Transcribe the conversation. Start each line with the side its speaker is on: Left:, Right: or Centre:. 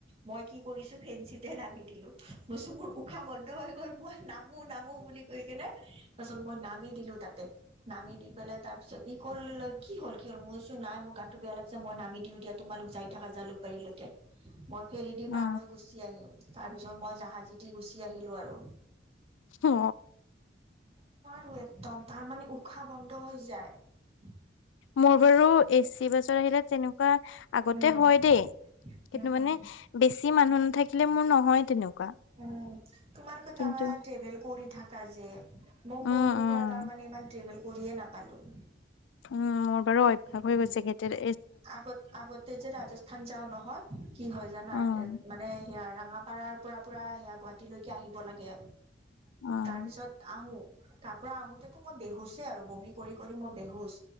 Right: মই কি কৰিছো ফেন তে নামি দিলো মচুুৰ উশাহ বন্ধ হৈ গল মই নামো নামো বুলি কৈ কিনে মই নামি দিলো তাতে নামি দি পেলাই তাৰ পিছত ই কল কি হল কি হল মই নাই মোৰ গাতটো বেয়া লাগ ছে মই নামি দিওঁ দিয়া তোমালোক যায় থাকা যা লোকবাৰীলৈকে মই ফেৰি দি
Left: অ
Right: পাৰ হৈ গুচি আহিম তাৰ পিছত মই জাহাজ দি গুচি আহিলোঁ আৰু
Left: অ
Right: টো একদম তাৰ মানে উশাহ বন্ধ হৈ যায়
Left: মোৰ বাৰু এচি বাছত আহিলে তেনেকুৱা আগতে
Right: উম
Left: হয় দেই কিন্তু
Right: উম উম
Left: মানে বেছি মানুহ নাথাকিলে মোৰ নহয় তেনেকুৱা
Right: উম তোমাৰোকত
Left: কিন্তু
Right: আমাৰ ট্ৰেভেল কৰি থাকা যে মই
Left: উম
Right: সৰুৰ
Left: উম
Right: পৰা তাৰ মানে ইমান ট্ৰেভেল কৰিয়ে নাপালো
Left: উম মোৰ বাৰু অভ্যাস
Right: উম
Left: হৈ গৈছে কেইতি
Right: আগত আগতে যে ৰাজস্থান যাও নহয় কি হয় জানা
Left: উম,
Right: মানে সেয়া মাপাৰাৰ পৰা পূৰা সেয়া গুৱাহাটীলৈকে আহিব লাগে
Left: উম,
Right: তাৰপিছত আহোঁ তাৰ পৰা আহোতে মই বেহুচই আৰু বমি কৰি কৰি মই বেহুচ